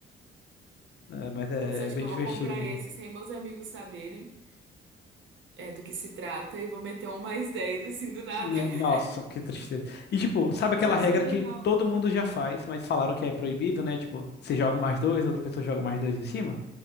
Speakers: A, on the left (about 60°); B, on the right (about 70°).
A: É, mas é,
B: Putz, acho
A: é bem
B: que eu
A: divertido
B: vou comprar
A: mesmo.
B: esse sem meus amigos saberem é, do que se trata e vou meter um mais 10 assim, do nada.
A: Né,
B: <laughs>
A: Nossa, que tristeza. E tipo, sabe
B: Nossa,
A: aquela regra
B: que legal.
A: que todo mundo já faz, mas falaram que é proibido, né? Tipo, você joga um mais dois, outra pessoa joga mais dois em cima?